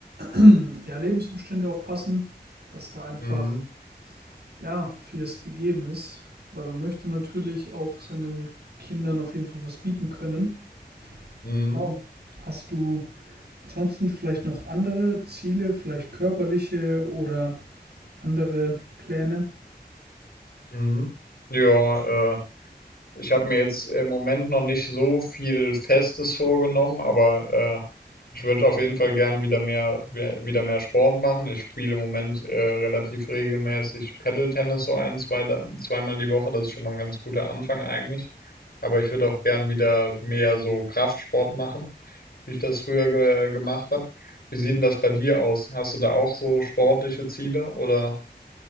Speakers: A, on the right; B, on the left.
A: hm, ja, Lebensumstände auch passen, dass da einfach
B: Mhm.
A: ja vieles gegeben ist, weil man möchte natürlich auch seinen Kindern auf jeden Fall was bieten können.
B: Mhm.
A: Genau. Hast du ansonsten vielleicht noch andere Ziele, vielleicht körperliche oder andere Pläne?
B: Mhm. Ja, äh, ich habe mir jetzt im Moment noch nicht so viel Festes vorgenommen, aber äh, ich würde auf jeden Fall gerne wieder mehr, we- wieder mehr Sport machen. Ich spiele im Moment äh, relativ regelmäßig Paddle-Tennis so ein, zwei, da- zweimal die Woche. Das ist schon mal ein ganz guter Anfang eigentlich. Aber ich würde auch gern wieder mehr so Kraftsport machen, wie ich das früher ge gemacht habe. Wie sieht denn das bei dir aus? Hast du da auch so sportliche Ziele oder?